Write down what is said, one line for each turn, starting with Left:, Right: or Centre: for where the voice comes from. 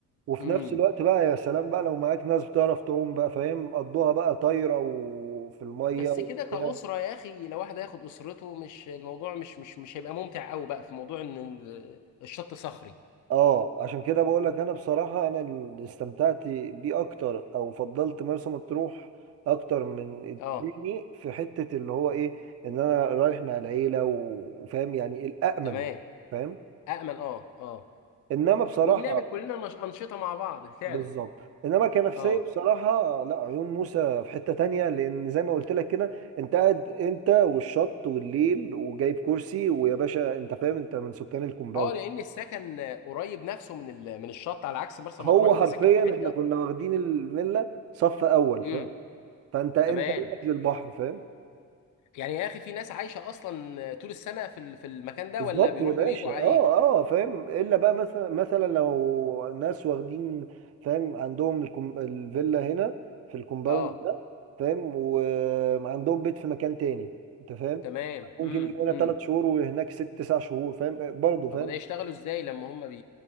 Right: وفي
Left: امم
Right: نفس الوقت بقى يا سلام بقى لو معاك ناس بتعرف تعوم بقى فاهم قضوها بقى طايرة وفي المية
Left: بس
Right: وبتاع
Left: كده كأسرة يا أخي لو واحد هياخد أسرته مش الموضوع مش مش مش هيبقى ممتع قوي بقى في موضوع إن ال- الشط صخري
Right: اه عشان كده بقول لك انا بصراحة انا اللي استمتعت بيه اكتر او فضلت مرسى مطروح اكتر من التاني
Left: اه
Right: في حتة اللي هو ايه ان انا رايح مع العيلة و- وفاهم يعني الامن
Left: تمام
Right: فاهم
Left: أأمن اه اه
Right: انما بصراحة
Left: وبنعمل كلنا نش- أنشطة مع بعض فعلا
Right: بالظبط انما كنفسيه
Left: اه
Right: بصراحه لا عيون موسى في حته تانية لان زي ما قلت لك كده انت قاعد انت والشط والليل وجايب كرسي ويا باشا انت فاهم انت من سكان الكومباوند
Left: اه لان السكن قريب نفسه من ال- من الشط على عكس مرسى
Right: هو
Left: مطروح انت
Right: حرفيا
Left: ساكن في حته
Right: احنا كنا واخدين الفيلا صف اول
Left: امم
Right: فاهم فانت انت
Left: تمام
Right: منك للبحر فاهم
Left: يعني يا اخي في ناس عايشه اصلا طول السنه في ال- في المكان
Right: بالظبط
Left: ده ولا بيروحوا
Right: يا باشا
Left: ويجوا عليه
Right: اه اه فاهم الا بقى مثلا مثلا لو ناس واخدين فاهم عندهم الكم... الفيلا هنا في الكومباوند
Left: اه
Right: ده فاهم وعندهم بيت في مكان تاني انت فاهم
Left: تمام
Right: ممكن
Left: امم
Right: يجي هنا
Left: امم
Right: ثلاث شهور وهناك ست تسع شهور فاهم برضه
Left: طب
Right: فاهم
Left: وده يشتغلوا ازاي لما هم بي